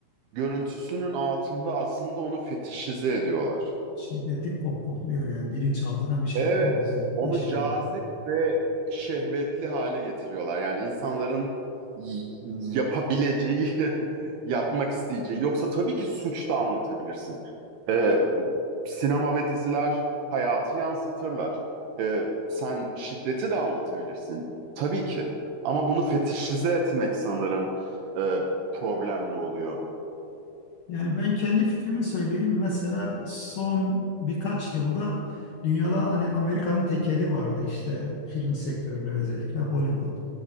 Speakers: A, on the right (about 75°); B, on the left (about 75°).
A: görüntüsünün altında aslında onu fetişize ediyorlar.
B: şiddeti pohpohluyor yani bilinçaltına bir şekilde
A: Evet,
B: bizi
A: onu
B: işliyor.
A: cazip ve şehvetli hale getiriyorlar. Yani insanların y- yapabileceği, <laughs> yapmak isteyeceği. Yoksa tabii ki suç da anlatabilirsin. Ee, sinema ve diziler hayatı yansıtırlar. Ee, sen şiddeti de anlatabilirsin. Tabii ki. Ama bunu fetişize etmek sanırım e, problemli oluyor.
B: Yani ben kendi fikrimi söyleyeyim. Mesela son birkaç yılda dünyada hani Amerika'nın tekeli vardı işte film sektöründe özellikle Hollywood.